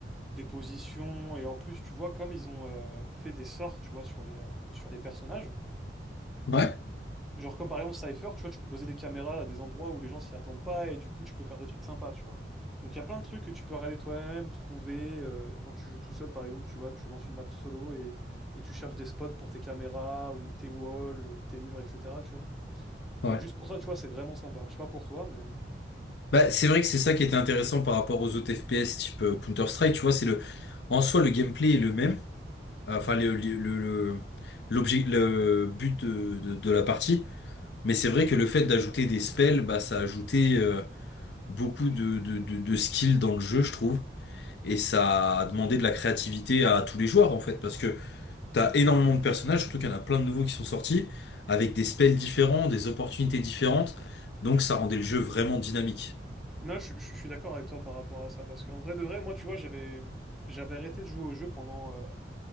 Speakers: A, in the centre; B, on the left.
A: des positions, et en plus, tu vois, comme ils ont euh, fait des sorts, tu vois, sur les, euh, sur les personnages,
B: Ouais.
A: genre comme par exemple Cypher, tu vois, tu peux poser des caméras à des endroits où les gens s'y attendent pas, et du coup, tu peux faire des trucs sympas, tu vois. Donc il y a plein de trucs que tu peux regarder toi-même, trouver, euh, quand tu joues tout seul, par exemple, tu vois, tu lances une map solo, et, et tu cherches des spots pour tes caméras, ou tes walls, ou tes murs, etc., tu vois.
B: Ouais.
A: Donc juste pour ça, tu vois, c'est vraiment sympa. Je sais pas pour toi, mais...
B: Bah c'est vrai que c'est ça qui était intéressant par rapport aux autres FPS type euh, Counter-Strike, tu vois, c'est le en soi le gameplay est le même, enfin le le le- le- l'objet le but de de- de la partie. Mais c'est vrai que le fait d'ajouter des spells, bah, ça a ajouté euh, beaucoup de, de, de, de skills dans le jeu, je trouve. Et ça a demandé de la créativité à tous les joueurs, en fait, parce que t'as énormément de personnages, surtout qu'il y en a plein de nouveaux qui sont sortis, avec des spells différents, des opportunités différentes. Donc ça rendait le jeu vraiment dynamique.
A: Non, je, je- je suis d'accord avec toi par rapport à ça, parce qu'en vrai de vrai, moi, tu vois, j'avais j'avais arrêté de jouer au jeu pendant, euh,